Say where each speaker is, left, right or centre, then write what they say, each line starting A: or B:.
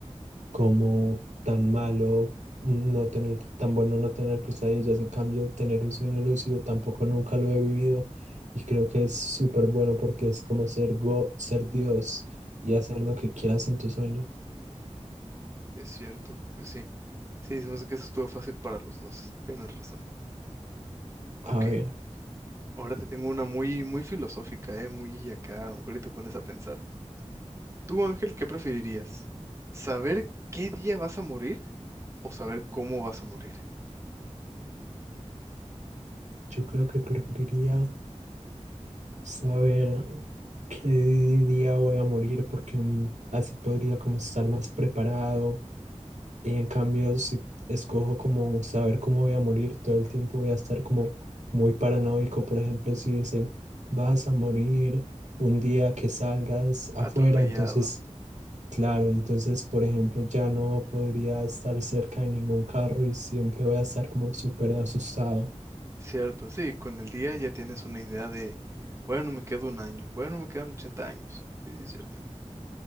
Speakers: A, on the right; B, on the right.
A: como tan malo no tener, tan bueno no tener pesadillas. En cambio, tener un sueño lúcido tampoco nunca lo he vivido y creo que es súper bueno porque es como ser go, ser Dios y hacer lo que quieras en tu sueño.
B: Es cierto, pues sí. Sí, se me hace que eso estuvo fácil para los dos. Tienes razón. Ok.
A: A ver,
B: Ahora te tengo una muy, muy filosófica, ¿eh? Muy acá, a lo mejor y te pones a pensar. Tú, Ángel, ¿qué preferirías? ¿Saber qué día vas a morir o saber cómo vas a morir?
A: yo creo que preferiría saber qué día voy a morir porque mm, así podría como estar más preparado Y en cambio, si escojo como saber cómo voy a morir, todo el tiempo voy a estar como muy paranoico. Por ejemplo, si dicen, vas a morir un día que salgas afuera,
B: Atropellado.
A: entonces, claro, entonces, por ejemplo, ya no podría estar cerca de ningún carro y siempre voy a estar como súper asustado.
B: Cierto, sí, con el día ya tienes una idea de, bueno, me quedo un año, bueno, me quedan 80 años. Sí, sí, cierto.